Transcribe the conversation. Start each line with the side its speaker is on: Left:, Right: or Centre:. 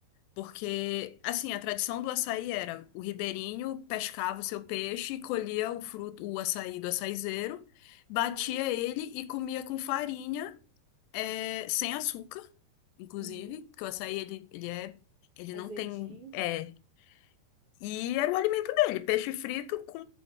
Left: Porque, assim, a tradição do açaí era o ribeirinho pescava o seu peixe, colhia o fruto, o açaí do açaizeiro, batia
Right: Uhum,
Left: ele e comia com farinha, é, sem açúcar, inclusive,
Right: uhum.
Left: porque o açaí, ele, ele é, ele não
Right: Azedinho.
Left: tem, é, e era o alimento dele, peixe frito com